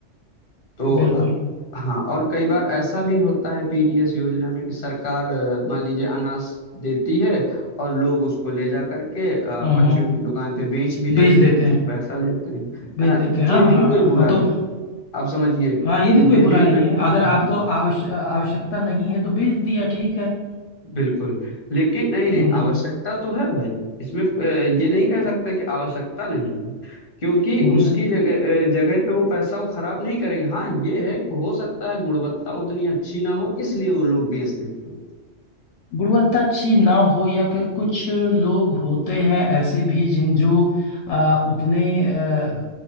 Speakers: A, on the left; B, on the left.
A: तो
B: बिल्कुल
A: अ, हाँ और कई बार ऐसा भी होता है पीडीएस योजना में कि सरकार अ, मान लीजिए अनाज देती है और लोग उसको ले जा करके अ,
B: हम्म
A: परचून
B: हम्म
A: की दुकान पे बेच भी लेते
B: बेच देते
A: हैं बेच
B: हैं
A: के पैसा लेते हैं
B: भेज
A: है ना तो
B: देते हैं हाँ
A: ये
B: हाँ
A: भी
B: हाँ
A: कोई
B: हाँ
A: बुरा
B: हाँ तो
A: नहीं आप समझिए
B: हाँ ये भी कोई
A: ये
B: बुरा
A: भी
B: नहीं
A: जो
B: है अगर आपको
A: हाँ
B: आवश, आवश्यकता नहीं है तो भेज दिया ठीक है
A: बिल्कुल लेकिन नहीं नहीं
B: हम्म
A: आवश्यकता तो है भाई इसमें अ, ये नहीं कह सकते कि आवश्यकता नहीं है क्योंकि
B: हम्म
A: उसकी
B: हम्म।
A: जगह अ, जगह पे वो पैसा वो खराब नहीं करेंगे हाँ ये है कि हो सकता है गुणवत्ता उतनी अच्छी ना हो इसलिए वो लोग बेच देते हैं
B: गुणवत्ता अच्छी ना हो या फिर कुछ लोग होते हैं ऐसे भी जिन जो आ, उतने आ,